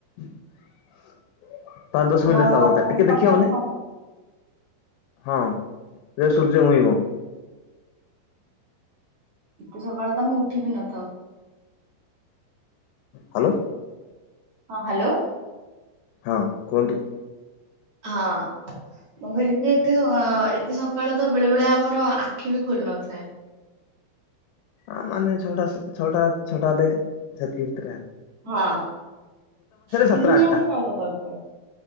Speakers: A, on the left; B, on the right.
A: ପାଞ୍ଚ ଦଶ
B: ମ
A: ମିନିଟ୍ ଦେଖାହବ ଟିକେ,
B: ମାନେ
A: ଟିକେ
B: ସକାଳ
A: ଦେଖିବ ମାନେ
B: ଛଅଟା
A: ହଁ, ସେ ସୂର୍ଯ୍ୟ ଉଇଁବ।
B: ଏତେ ସକାଳୁ ତ ଆମେ ଉଠି ବିି ନଥାଉ।
A: ହାଲୋ।
B: ହଁ, ହାଲୋ।
A: ହଁ, କୁହନ୍ତୁ?
B: ହଁ। ମୁଁ କହିଲି କି ଏତେ, ଏତେ ସକାଳୁ ତ ବେଳେ ବେଳେ ଆମର ଆଖି ବି ଖୋଲି ନଥାଏ।
A: ଆ ମାନେ ଛଅଟା, ଛଅଟା, ଛୋଟା ଦେ ସେତିକି ଭିତରେ ଆ।
B: ହଁ, କିନ୍ତ
A: ସାତଟା
B: ନିହାତି
A: ଆଠଟା
B: <unintelligible>